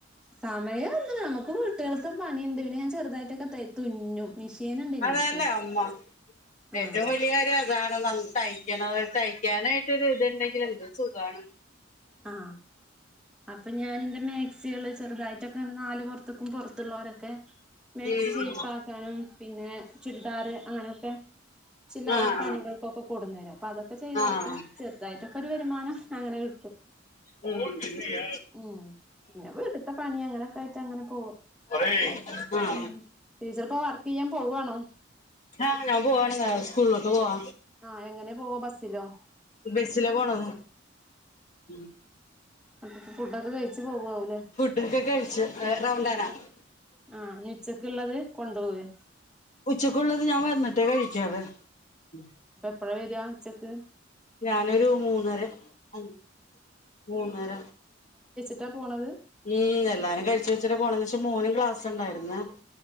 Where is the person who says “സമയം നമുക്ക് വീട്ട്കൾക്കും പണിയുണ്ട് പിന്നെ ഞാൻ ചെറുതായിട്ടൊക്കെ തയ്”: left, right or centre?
Centre